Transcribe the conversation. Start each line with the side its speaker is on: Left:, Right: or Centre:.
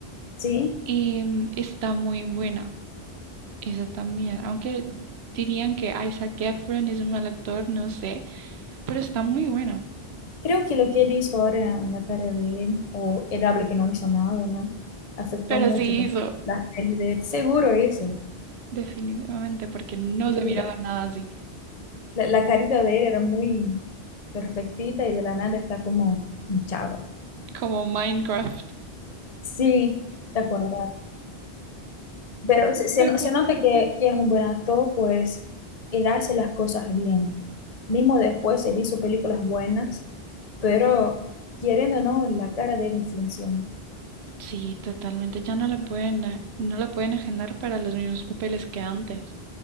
Left: Sí.
Right: y mm, está muy buena esa también, aunque dirían que Isaac Efron es un mal actor, no sé, pero está muy buena.
Left: Creo que lo que él hizo ahora en la cara de él, o él habla que no hizo nada, ¿no? Afectó
Right: Pero
Left: mucho
Right: sí
Left: tam-
Right: hizo,
Left: las peles de él. Seguro eso.
Right: definitivamente, porque no
Left: Y
Right: se miraba
Left: la,
Right: nada así,
Left: la- la carita de él era muy perfectita y de la nada está como hinchada.
Right: como Minecraft.
Left: Sí, de acuerdo. Pero se, se
Right: Recuerdo.
Left: no- se nota que, que es un buen actor, pues él hace las cosas bien. Mismo después él hizo películas buenas, pero queriendo o no, la cara de él influencia mucho.
Right: Sí, totalmente. Ya no la pueden, a- no la pueden agendar para los mismos papeles que antes.